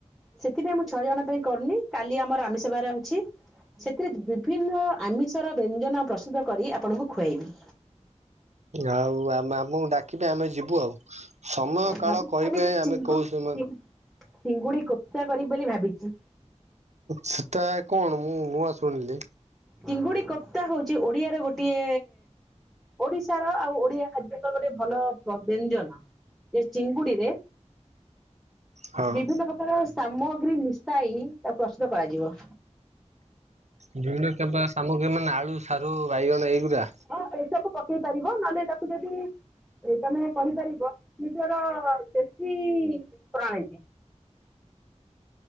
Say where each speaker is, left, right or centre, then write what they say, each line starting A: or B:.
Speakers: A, in the centre; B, on the right.
A: ସେଥିପାଇଁ ମୁଁ ଛଅ ଜଣ ପାଇଁ କରୁନି କାଲି ଆମର ଆମିଷଵାର ଅଛି ସେଥିରେ ବିଭିନ୍ନ ଆମିଷ ର ବ୍ୟଞ୍ଜନ ପ୍ରସ୍ତୁତ କରି ଆପଣଙ୍କୁ ଖୁଆଇବି
B: ଆଉ ଆମ ଆମକୁ ଡାକିବେ ଆମେ ଯିବୁ ଆଉ ସମୟ କାଳ
A: ଭାବୁଛି
B: କହିବା
A: କାଲି ମୁଁ ଚିଙ୍ଗୁଡି
B: ଆମେ କୋଉ ସମ
A: ଚି ଚିଙ୍ଗୁଡି କୋପ୍ତା କରିିବି ବୋଲି ଭାବିଛି।
B: ସେଟା କଣ ମୁଁ ନୂଆ ଶୁଣିଲି।
A: ଚିଙ୍ଗୁଡି କୋପ୍ତା ହଉଛି ଓଡିଆର ଗୋଟିଏ ଓଡିଶାର ଆଉ ଓଡିଆ ଖାଦ୍ୟଙ୍କର ଗୋଟେ ଭଲ ବ୍ୟଞ୍ଜନ ଯେ ଚିଙ୍ଗୁଡିରେ
B: ହଁ
A: ବିଭିନ୍ନ ପ୍ରକାର ସାମଗ୍ରୀ ମିଶାଇ ତାକୁ ପ୍ରସ୍ତୁତ କରାଯିବ।
B: ବିଭିନ୍ନ ପ୍ରକାର ସାମଗ୍ରୀ ମାନେ ଆଳୁ ସାରୁ ବାଇଗଣ ଏଇଗୁଡା
A: ହଁ ଏସବୁ ପକେଇ ପାରିବ ନହେଲେ ତାକୁ ଯଦି ଏ ତମେ କହିପାରିବ ନିଜର <unintelligible> ଦେଷ୍ୀ ପ୍ରଣୀତି <unintelligible>